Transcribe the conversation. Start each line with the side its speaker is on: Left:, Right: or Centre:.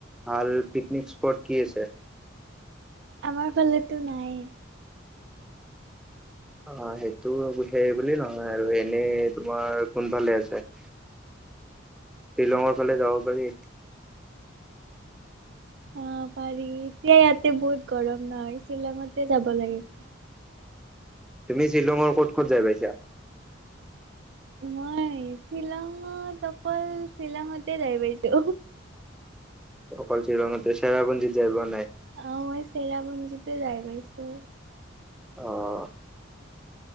Centre: ভাল পিকনিক স্পট কি আছে?
Right: আমাৰ ফালেটো নাই।
Centre: অ', সেইটো সেই বুলি নহয় আৰু এনে তোমাৰ কোনফালে আছে? শ্বিলঙৰ ফালে যাব পাৰি?
Right: অহ, পাৰি এতিয়া ইয়াতে বহুত গৰম নহয় শ্বিলঙতে যাব লাগিব।
Centre: তুমি শ্বিলঙৰ ক'ত ক'ত যাই পাইছা
Right: মই শ্বিলঙত অকল শ্বিলঙতে যাই পাইছো
Centre: অকল শ্বিলঙতে চেৰাপুঞ্জীত যায় পোৱা নাই
Right: অ মই চেৰাপুঞ্জীতে যাই পাইছো
Centre: আহ